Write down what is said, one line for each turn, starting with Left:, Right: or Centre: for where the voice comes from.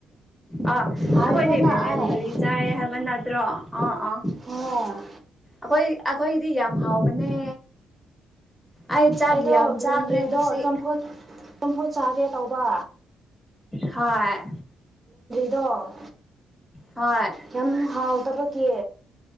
Centre: ꯑꯥ
Right: ꯍꯥꯏꯈ꯭ꯔꯦꯅ
Centre: ꯅꯈꯣꯏꯗꯤ ꯚꯦꯂꯦꯟꯗ꯭ꯔꯤ
Right: ꯑꯩ
Centre: ꯆꯥꯏ ꯍꯥꯏꯕ ꯅꯠꯇ꯭ꯔꯣ ꯑꯥ ꯑꯥ
Right: ꯍꯣ
Centre: ꯑꯈꯣꯏ ꯑꯈꯣꯏꯒꯤꯗꯤ ꯌꯥꯝ ꯍꯥꯎꯕꯅꯦ ꯑꯩ ꯆꯥꯛ
Right: ꯑꯩꯗꯣ
Centre: ꯌꯥꯝ
Right: ꯕꯦꯂꯦꯟꯗ꯭ꯔꯤꯗꯣ
Centre: ꯆꯥꯈ꯭ꯔꯦ ꯉꯁꯤ
Right: ꯆꯝꯐꯨꯠ ꯆꯝꯐꯨꯠ ꯆꯥꯒꯦ ꯇꯧꯕ
Centre: ꯍꯣꯏ
Right: ꯗꯣ
Centre: ꯍꯣꯏ
Right: ꯌꯥꯝ ꯍꯥꯎ ꯇꯕꯒꯤ